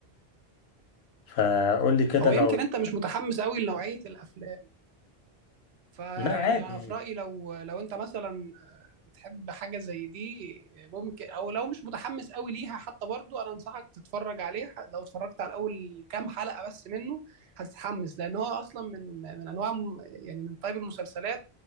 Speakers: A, on the left; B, on the right.
A: فقول لي كده
B: هو
A: لو
B: يمكن انت مش متحمس قوي لنوعيه الافلام فيعني
A: لا عادي
B: انا في رايي لو لو انت مثلا بتحب حاجة زي دي ممكن او لو مش متحمس قوي ليها حتى برضو انا انصحك تتفرج عليه لو اتفرجت على اول كام حلقة بس منه هتتحمس لان هو اصلا من من انواع م- يعني من طيب المسلسلات